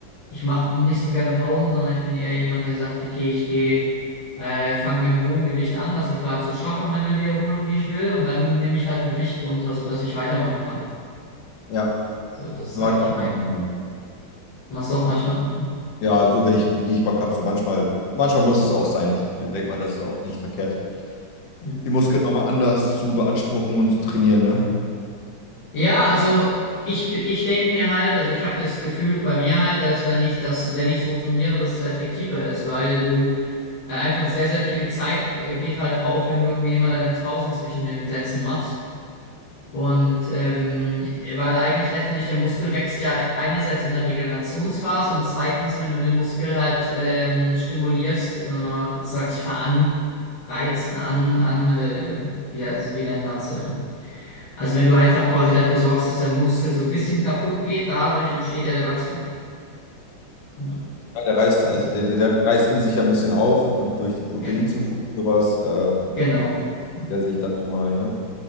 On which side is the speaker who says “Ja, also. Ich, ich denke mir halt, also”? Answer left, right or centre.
Left